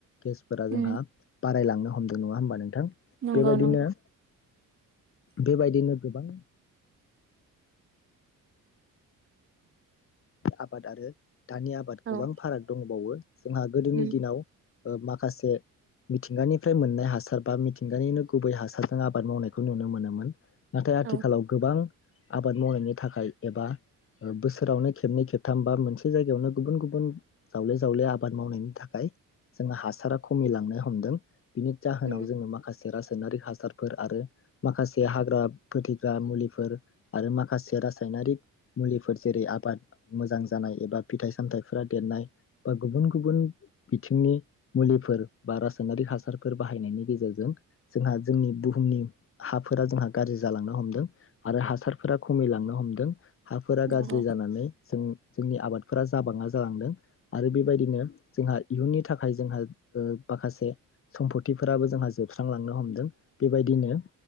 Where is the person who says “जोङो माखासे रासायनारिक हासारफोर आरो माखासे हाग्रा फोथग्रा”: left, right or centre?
Left